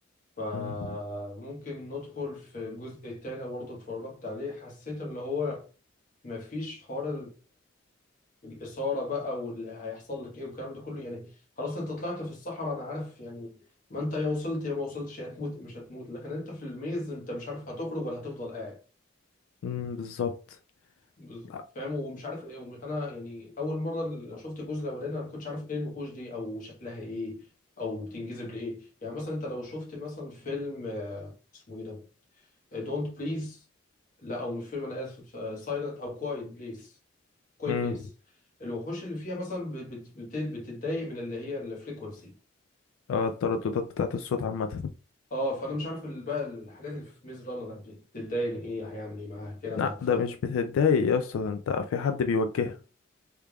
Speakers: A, on the left; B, on the left.
A: فممكن
B: امم
A: ندخل في الجزء التاني برضه اتفرجت عليه حسيت ان هو مفيش حوار الاثاره بقى واللي هيحصل لك ايه والكلام ده كله يعني خلاص انت طلعت في الصحراء انا عارف يعني ما انت يا وصلت يا ما وصلتش يا هتموت مش هتموت لكن انت في الميز انت مش عارف هتخرج ولا هتفضل قاعد
B: امم بالظبط
A: بز-
B: لا.
A: فاهم ومش عارف ايه وم- انا يعني اول مره اللي شفت الجزء الاولاني انا ما كنتش عارف ايه الوحوش دي او شكلها ايه او بتنجذب لايه يعني مثلا انت لو شفت مثلا فيلم آه، اسمه ايه ده دونت بليز لا او مش فيلم انا اسف سايلنت او كوايت بليز كوي
B: امم
A: بليس الوحوش اللي فيها مثلا بت- بت- بت- بتتضايق من اللي هي الفريكونسي
B: اه الترددات بتاعت الصوت عامه
A: اه فانا مش عارف ال- بقى الحاجات اللي في ميز رانر بتتضايق من ايه هيعمل ايه معاها الكلام
B: لا
A: ده فانا
B: ده مش بتتضايق يا اسطى ده انت في حد بيوجهك